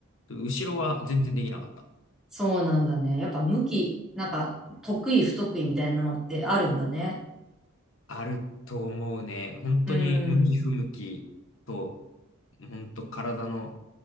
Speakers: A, on the left (about 65°); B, in the centre.
A: 後ろは全然できなかった。
B: そうなんだね。やっぱ向き、なんか、得意不得意みたいなのってあるんだね。
A: あると思うね。本当に向き不向きと、
B: うん、
A: 本当体の